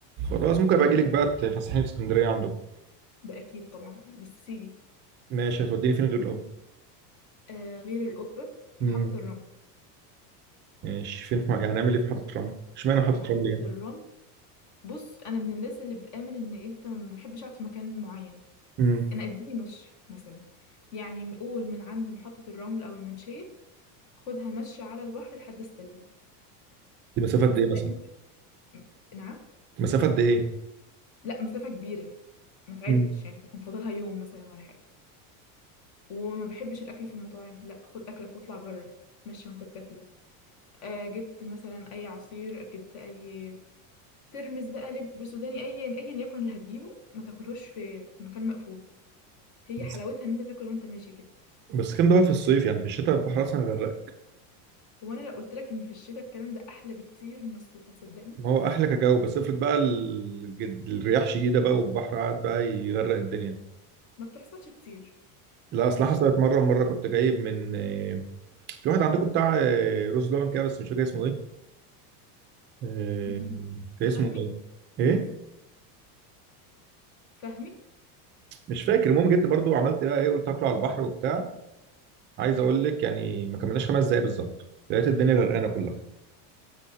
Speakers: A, on the right; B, on the left.
A: خلاص ممكن ابقى اجي لك بقى تفسحني في اسكندريه عندكم
B: ده أكيد طبعا بس تيجي
A: ماشي هتوديني فين غير القبه
B: آه غير القبة محطة
A: امم
B: الرمل
A: ماشي فين في... يعني هنعمل ايه في محطه رمل اشمعنى محطه
B: محطة
A: رمل يعني
B: الرمل بص أنا من الناس اللي بتآمن إن أنت ما بحبش أقعد في مكان معين
A: امم
B: أنا أديني مشي مثلا يعني قول من عند محطة الرمل أو المنشية خدها مشي على البحر لحد استلي
A: دي مسافه
B: صدقني
A: قد ايه مثلا
B: نعم
A: مسافه قد ايه
B: لا مسافة كبيرة ما تعدش
A: امم
B: يعني يكون فاضلها يوم مثلا ولا حاجة وما بحبش الأكل في المطاعم لا خد أكلك واطلع بره مشي وانت بتاكله آه جبت مثلا أي عصير جبت أي ترمس بقى لب سوداني أيا أيا يكن اللي هتجيبه ما تاكلهوش في في مكان مقفول هي
A: بس
B: حلاوتها إن أنت تاكل وانت ماشي كده
A: بس كام ده بقى في الصيف يعني في الشتاء البحر اصلا هيغرقك
B: هو أنا لو قلت لك إن في الشتاء الكلام ده أحلى بكتير من الصيف هتصدقني
A: ما هو احلى كاكاو بس افرض بقى الجد... الرياح شديده بقى والبحر قعد بقى يغرق الدنيا
B: ما بتحصلش كتير
A: لا اصل
B: مش
A: حصلت مره مره كنت جايب من آه، في واحد عندكم بتاع آه، رز لبن كده بس مش فاكر اسمه ايه آه،
B: امم
A: كان اسمه
B: فاهمي
A: ايه ايه
B: فاهمي
A: مش فاكر المهم جيت برضو عملت بقى ايه قلت اكله على البحر وبتاع عايز اقول لك يعني ما كملناش خمس دقايق بالظبط لقيت الدنيا غرقانه كلها